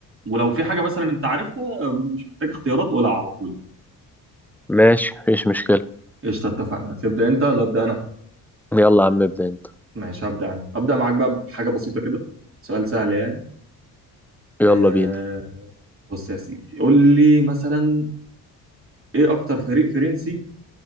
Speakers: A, on the right; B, in the centre.
A: ولو في حاجه مثلا انت عارفها مش محتاج اختيارات قولها على طول
B: ماشي مفيش مشكلة
A: قشطه اتفقنا تبدا انت ولا ابدا انا
B: يلا يا عم ابدأ انت
A: ماشي هبدا انا ابدا معاك بقى بحاجه بسيطه كده سؤال سهل يعني
B: يلا
A: آه
B: بينا
A: بص يا سيدي قول لي مثلا ايه اكتر فريق فرنسي